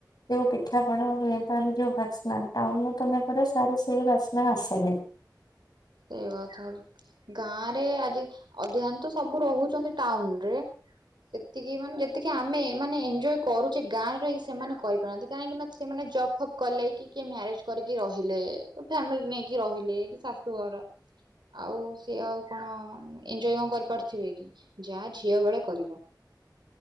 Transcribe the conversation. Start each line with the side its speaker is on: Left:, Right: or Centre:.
Left: ଯୋଉ ପିଠାପଣା ହୁଏ ଯୋଉ ବାସ୍ନା ଟାଉନରେ ତମେ କର ସାର୍ ସେଇ ବାସ୍ନା ଆସେନି।
Right: ସେଇ କଥା ଗାଁ ରେ ଆଜି ଅଧିକାଂଶ ତ ସବୁ ରହୁଛନ୍ତି ଟାଉନ ରେ। ସେତିକି ମାନେ ଯେତିକି ଆମେ ମାନେ ଏଞ୍ଜୟ କରୁଛେ ଗାଁ ରେ ରହିକି ସେମାନେ କହିପାରନ୍ତି କାହିଁକି ନା। ସେମାନେ ଜପ୍ ଫପ୍ କଲେ କି କିଏ ମ୍ୟାରେଜ କରିକି ରହିଲେ ଫ୍ୟାମିଲି ନେଇକି ରହିଲେ କି ଶା ତୋର। ଆଉ ସିଏ ଆଉ କଣ ଏଞ୍ଜୟ କଣ କରିପାରୁଥିବେ କି ଯାହା ଝିଅ ବେଳେ କରିବ।